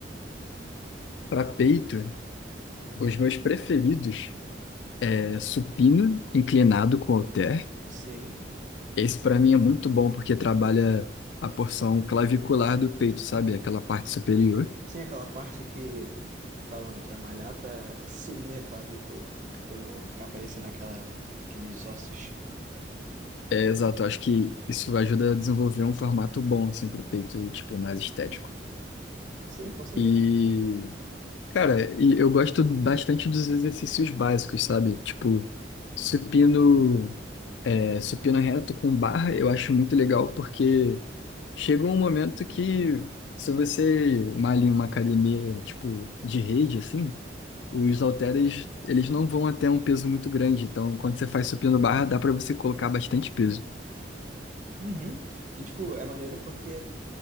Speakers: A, on the left; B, on the right.
A: para peito, os meus preferidos é supino inclinado com halter.
B: sim.
A: Esse para mim é muito bom porque trabalha a porção clavicular do peito, sabe? Aquela parte superior.
B: Sim, aquela parte que, que falam, né, pra malhar, pra <laughs> sumir a clavícula. Tipo, não ficar aparecendo aquela, aqueles ossos.
A: É, exato, eu acho que isso ajuda a desenvolver um formato bom assim pro peito, tipo, mais estético.
B: Sim, com certeza.
A: E, cara, e eu gosto bastante dos exercícios básicos, sabe? Tipo, supino É, supino reto com barra eu acho muito legal porque chega um momento que se você malha em uma academia tipo de rede assim, os halteres eles não vão até um peso muito grande. Então quando você faz supino barra dá para você colocar bastante peso.
B: Uhum. E, tipo, é maneiro porque.